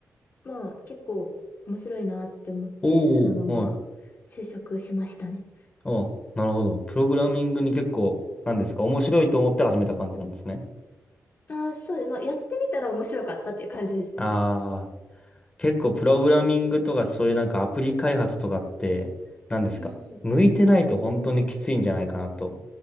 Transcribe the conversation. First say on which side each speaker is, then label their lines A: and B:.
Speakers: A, on the left (about 40°); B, on the left (about 20°).
A: まあ結構面白いなって思って、
B: おおはい。
A: そのまま就職しましたね。
B: ああ、なるほど。プログラミングに結構、なんですか、面白いと思って始めた感じなんですね。
A: ああ、そうです、まあやってみたら面白かったっていう感じですね。
B: ああ。結構プログラミングとかそういうなんかアプリ開発とかって何ですか向いてないと本当にきついんじゃないかなと。
A: うんうん。